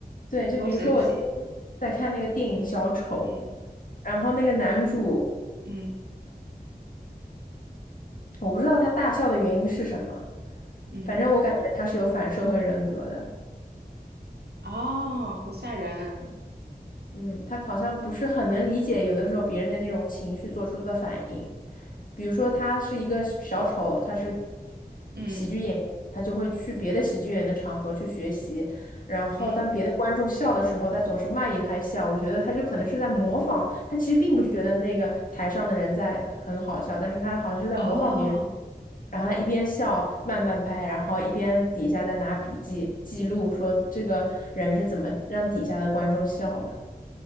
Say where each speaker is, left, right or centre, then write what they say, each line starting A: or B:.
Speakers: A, on the left; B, on the right.
A: 对，就比如说我今天
B: 好神奇。
A: 在看那个电影《小丑》，
B: 嗯
A: 然后那个男主，
B: 嗯
A: 我不知道他大笑的原因是什么，
B: 嗯，
A: 反正我感觉他是有反社会人格的。
B: 哦，好吓人。
A: 嗯，他好像不是很能理解有的时候别人的那种情绪做出的反应，比如说他是一个小丑，他是
B: 嗯
A: 喜剧演员，他就会去别的喜剧演员的场合去学习，然后当别的观众笑的时候，
B: 嗯，
A: 他总是慢一拍笑，我觉得他就可能是在模仿，他其实并不觉得那个台上的人在很好笑，但是他好像是在模仿别人，
B: 哦
A: 然后他一边笑慢半拍，然后一边底下在拿笔记记录说这个人是怎么让底下的观众笑的。